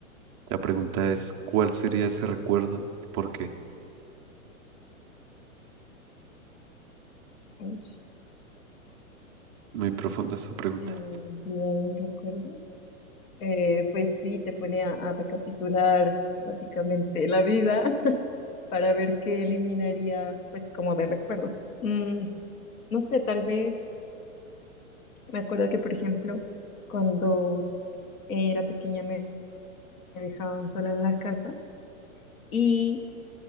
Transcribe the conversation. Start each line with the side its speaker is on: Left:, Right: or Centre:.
Right: La pregunta es, ¿cuál sería ese recuerdo y por qué?
Left: Uy,
Right: Muy profunda esta pregunta.
Left: eh, olvidado un recuerdo. Eh, pues sí, te pone a, a recapitular básicamente la vida <laughs> para ver qué eliminaría, pues como de recuerdo. Mm, no sé, tal vez me acuerdo que, por ejemplo, cuando era pequeña me dejaban sola en la casa y